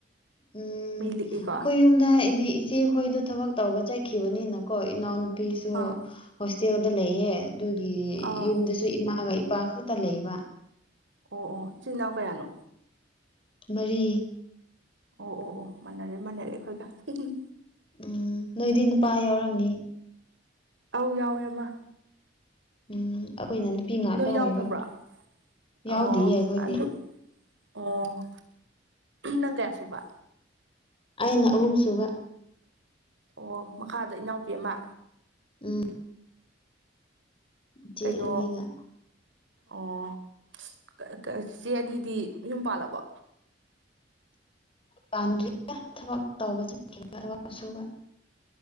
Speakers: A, on the left; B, on the right.
A: ꯎꯝ
B: ꯃꯤ ꯂꯤꯛꯏꯀꯣ
A: ꯑꯈꯣꯏ ꯌꯨꯝꯗ ꯑꯩꯗꯤ ꯏꯆꯦꯈꯣꯏꯗꯣ ꯊꯕꯛ ꯇꯧꯕ ꯆꯠꯈꯤꯕꯅꯤꯅꯀꯣ ꯏꯅꯥꯎꯟ ꯄꯤꯁꯨ
B: ꯑꯥ
A: ꯍꯣꯁꯇꯦꯜꯗ ꯂꯩꯌꯦ ꯑꯗꯨꯒꯤ
B: ꯑꯥ
A: ꯌꯨꯝꯗꯁꯨ ꯏꯃꯥꯒ ꯏꯄꯥ ꯈꯛꯇ ꯂꯩꯕ
B: ꯑꯣ ꯑꯣ ꯏꯆꯤꯟ ꯅꯥꯎ ꯀꯌꯥꯅꯣ
A: ꯃꯔꯤ
B: ꯑꯣ ꯑꯣ ꯑꯣ ꯃꯥꯟꯅꯔꯦ ꯃꯥꯟꯅꯔꯦ ꯑꯩꯈꯣꯏꯒ ꯍꯍꯝ
A: ꯎꯝ ꯅꯣꯏꯗꯤ ꯅꯨꯄꯥ ꯌꯥꯎꯔꯝꯅꯤ
B: ꯑꯧ ꯌꯥꯎꯋꯦ ꯑꯃ
A: ꯎꯝ ꯑꯩꯈꯣꯏꯅ ꯅꯨꯄꯤ ꯉꯥꯠꯇ
B: ꯅꯣꯏ ꯌꯥꯎꯗꯕ꯭ꯔꯣ
A: ꯑꯣꯏꯕ
B: ꯑꯣ
A: ꯌꯥꯎꯗꯤꯌꯦ ꯑꯩꯈꯣꯏꯗꯤ
B: ꯑꯗꯨ ꯑꯣ ꯅꯪ ꯀꯌꯥ ꯁꯨꯕ
A: ꯑꯩꯅ ꯑꯍꯨꯝꯁꯨꯨꯕ
B: ꯑꯣ ꯃꯈꯥꯗ ꯏꯅꯥꯎꯄꯤ ꯑꯃ
A: ꯎꯝ ꯏꯆꯦ
B: ꯀꯩꯅꯣ
A: ꯑꯅꯤꯒ
B: ꯑꯣ ꯀꯥ ꯀꯥ ꯆꯤꯆꯦ ꯑꯅꯤꯗꯤ ꯌꯨꯝ ꯄꯥꯜꯂꯕꯣ
A: ꯄꯥꯟꯗ꯭ꯔꯤ ꯑꯥ ꯊꯕꯛ ꯇꯧꯕ ꯆꯠꯈꯤꯕ ꯊꯕꯛ ꯁꯨꯕ